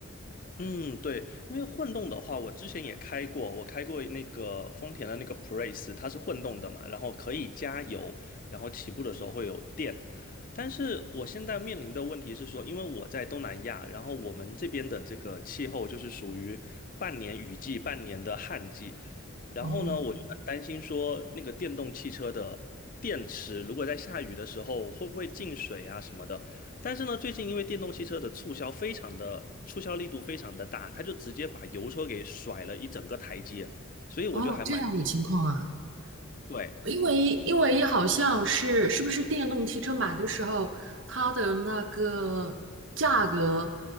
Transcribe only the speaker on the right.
哦
哦，这样的情况啊。
因为因为好像是是不是电动汽车买的时候，它的那个价格